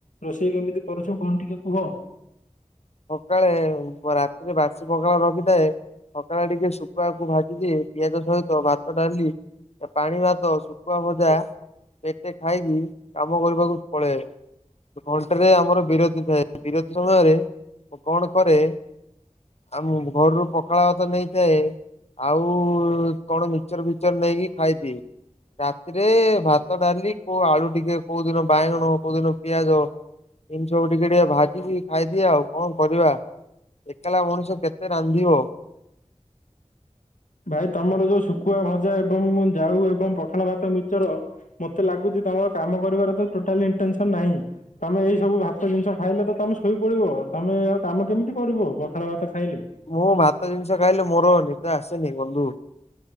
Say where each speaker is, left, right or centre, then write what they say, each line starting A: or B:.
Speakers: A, on the left; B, on the left.
A: ରୋଷେଇ କେମିତି କରୁଛ କଣ ଟିକେ କୁହ।
B: ସକାଳେ ରାତିରେ ବାସି ପଖାଳ ରଖିଥାଏ। ସକାଳ ଟିକେ ଶୁଖୁଆକୁ ଭାଜିଦିଏ ପିଆଜ ସହିତ ଭାତ ଡାଲି। ପାଣି ଭାତ ଶୁଖୁଆ ଭଜା ପେଟେ ଖାଇକି କାମ କରିବାକୁ ପଳେ। ଘଣ୍ଟାରେ ଆମର ବିରତି ଥାଏ ବିରତି ସମୟରେ ମୁଁ କଣ କରେ। ଆମ ଘରରୁ ପଖାଳ ଭାତ ନେଇଥାଏ। ଆଉ କଣ ମିକଚର ଫିକଚର ନେଇକି ଖାଇଦିଏ। ରାତିରେ ଭାତ ଡାଲି କୋଉ ଆଳୁ ଟିକେ କୋଉ ଦିନ ବାଇଗଣ କୋଉ ଦିନ ପିଆଜ। ତିି ସବୁ ଟିକେ ଟିକେ ଭାଜିକି ଖାଇଦିଏ ଆଉ। କଣ କରିବା ଏକଲା ମଣିଷ କେତେ ରାନ୍ଧିବ।
A: ଭାଇ ତମର ଯୋଉ ଶୁଖୁଆ ଭଜା ଏବଂ ଜାଉ ଏବଂ ପଖାଳ ଭାତ ମିଚର। ମତେ ଲାଗୁଛି ତମର କାମ କରିବାର ତ ଟୋଟାଲ ଇଟେନସନ ନାହିଁ। ତମେ ଏଇ ସବୁ ଭାତ ଜିନିଷ ଖାଇଲେ ତ ତମେ ଶୋଇପଡିବ ତମେ ଆଉ କାମ କେମିତି କରିବ ପଖାଳ ଭାତ ଖାଇଲେ।
B: ମୁଁ ଭାତ ଜିନିଷ ଖାଇଲେ ମୋର ନିଦ ଆସେନି ବନ୍ଧୁ।